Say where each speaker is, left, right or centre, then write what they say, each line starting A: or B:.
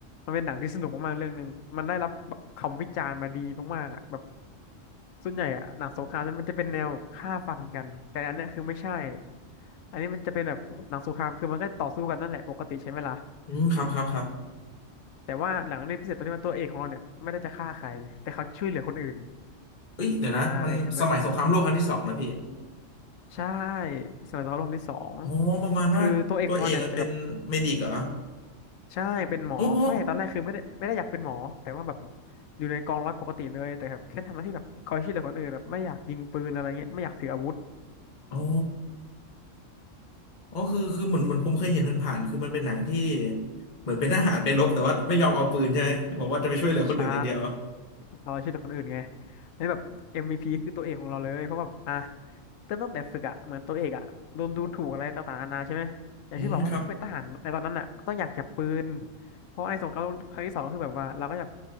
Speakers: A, on the left; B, on the left.
A: มันเป็นหนังที่สนุกมากๆเรื่องหนึ่งมันได้รับแบบคำวิจารณ์มาดีมากๆอ่ะแบบส่วนใหญ่อะหนังสงครามมันจะเป็นแนวแบบฆ่าฟันกันแต่อันเนี้ยคือไม่ใช่อันนี้มันจะเป็นแบบหนังสงครามคือมันก็ต่อสู้กันนั่นแหละปกติใช่ไหมล่ะ
B: อืมครับครับครับ
A: แต่ว่าหนังเรื่องพิเศษตรงที่ว่าตัวเอกของเราเนี่ยไม่ได้จะฆ่าใครแต่เขาช่วยเหลือคนอื่น
B: เอ้ยเดี๋ยวนะมันสมัยสงครามโลกครั้งที่สองนะพี่
A: อ่าเนี่ยเห็นไหม ใช่สมัยสงครามโลกครั้งที่สอง
B: อ๋อ ประมาณว่า
A: คือตัวเอกของเราเนี่ยจะแบบ
B: ตัวเอกมันเป็นเมดิกเหรอ
A: ใช่เป็นหมอไม่ตอนแรกคือไม่ได้ไม่ได้อยากเป็นหมอแต่ว่าแบบ
B: โอ้โห
A: อยู่ในกองร้อยปกติเลยแต่แบบแค่ทำหน้าที่แบบคอยช่วยเหลือคนอื่นแบบไม่อยากยิงปืนอะไรเงี้ยไม่อยากถืออาวุธ
B: อ๋ออ๋อคือ คือเหมือนเหมือนผมเคยเห็นผ่านๆคือมันเป็นหนังที่ เหมือนเป็นทหารไปรบแต่ว่าไม่ยอมเอาปืนใช่ไหมบอกว่าจะไปช่วยเหลือคนอื่นอย่างเดียว
A: ใช่คอยช่วยเหลือคนอื่นไงแล้วแบบ MVP คือตัวเอกของเราเลยเพราะว่าอ่ะเริ่มตั้งแต่ฝึกอะเหมือนตัวเอกอะโดนดูถูกอะไรต่างๆนานาใช่ไหมอย่างที่บอกว่าถ้าเป็นทหารในตอนนั้นอะก็ต้องอยากจับปืน
B: อืมครับ
A: เพราะในสงครามโลกครั้งที่สองก็คือแบบว่าเราก็อยาก